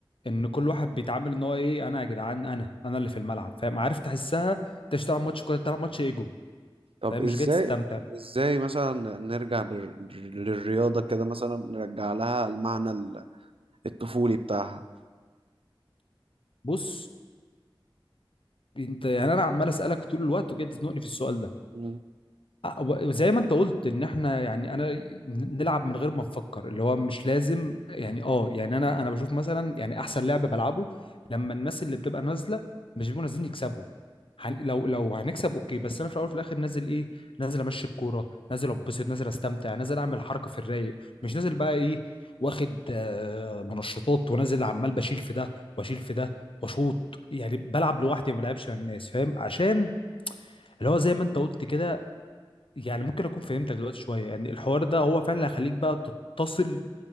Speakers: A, on the left (about 70°); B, on the right (about 85°).
A: ان كل واحد بيتعامل ان هو ايه انا يا جدعان انا انا اللي في الملعب فاهم عارف تحسها انت مش تلعب ماتش كوره تلعب ماتش ايجو
B: طب
A: فاهم
B: ازاي
A: مش جاي تستمتع
B: ازاي مثلا نرجع لل- للرياضة كده مثلا نرجع لها المعنى الطفولي بتاعها
A: بص انت يعني انا عمال اسالك طول الوقت وجاي تزنقني في السؤال ده
B: مم.
A: آه، وزي ما انت قلت ان احنا يعني انا نلعب من غير ما نفكر اللي هو مش لازم يعني اه يعني انا انا بشوف مثلا يعني احسن لعب بلعبه لما الناس اللي بتبقى نازله مش بيبقوا نازلين يكسبوا هن... لو لو هنكسب اوكي بس انا في الاول وفي الاخر نازل ايه نازل امشي الكوره نازل اتبسط نازل استمتع نازل اعمل حركه في الرايق مش نازل بقى ايه واخد آه، منشطات ونازل عمال بشيل في ده واشيل في ده واشوط يعني بلعب لوحدي ما بلعبش مع الناس فاهم عشان اللي هو زي ما انت قلت كده يعني ممكن اكون فهمتك دلوقتي شويه يعني الحوار ده هو فعلا اللي هيخليك بقى تتصل